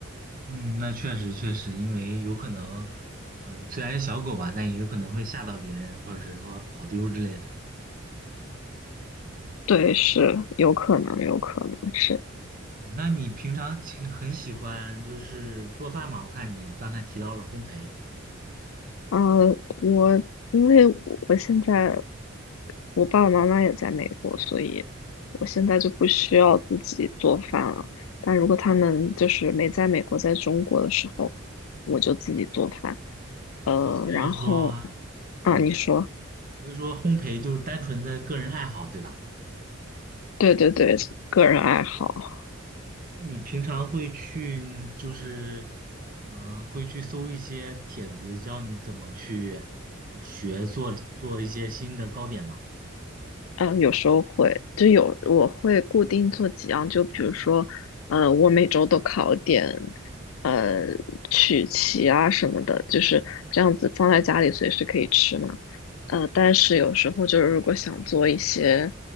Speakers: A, on the right (about 45°); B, on the left (about 80°).
A: 嗯，那确实确实，因为有可能，嗯、虽然是小狗吧，但也有可能会吓到别人，或者说跑丢之类的。嗯，
B: 对，是有可能，有可能是。
A: 那你平常其很喜欢就是做饭嘛？我看你刚才提到了烘焙。
B: 呃，我因为我我现在我爸爸妈妈也在美国，所以我现在就不需要自己做饭了。但如果他们就是没在美国，
A: 哦
B: 在中国的时候，我就自己做饭。呃，
A: 哦，所以说，
B: 然后
A: 嗯，
B: 啊，你说。
A: 所以说烘焙就是单纯的个人爱好，对吧？
B: 对对对，个人爱好，
A: 那你平常会去就是，嗯、会去搜一些帖子，教你怎么去呃学做做一些新的糕点吗？
B: 嗯，有时候会，就有，我会固定做几样，就比如说，呃，我每周都烤点，呃，曲奇啊什么的，就是这样子放在家里随时可以吃嘛。呃，但是有时候就是如果想做一些，